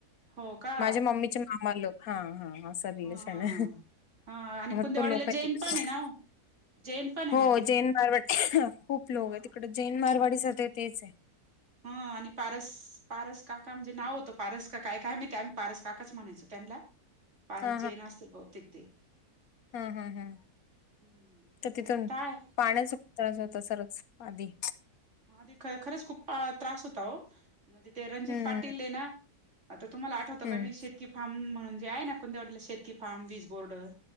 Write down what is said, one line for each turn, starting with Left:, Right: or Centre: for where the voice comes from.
Right: हो का
Left: माझ्या मम्मीचे मामा लोक हा हा असं बघिले
Right: हा
Left: सगळ
Right: हा हा आणि
Left: भरपूर
Right: कुंदेवाडीला
Left: लोक आहेत
Right: जैन
Left: <unintelligible>
Right: पण आहे ना हो जैन पण आहे
Left: हो
Right: ना ते
Left: जैन मारवाडी खूप लोक
Right: हा
Left: आहे तिकड जैन मारवाडी सध्या तेच आहे
Right: हा आणि पारस पारस काका म्हणजे नाव होत पारस का काय काय माहिती आम्ही पारस काकाच म्हणायचो त्यांनला पारस
Left: हा
Right: जैन असतील बहुतेक ते
Left: हू हू हू
Right: हम्म
Left: तर तिथून
Right: काय
Left: पाण्याचा खूप त्रास होत सरच आधी
Right: आधी काय खरंच खूप त्रास होता ओ म्हणजे ते रणजित
Left: हम्म
Right: पाटील हेना आता तुम्हाला आठवतं
Left: हम्म
Right: का नई शेती फार्म म्हणून जे आहे ना कुंदेवाडीला शेती फार्म बीज बोर्ड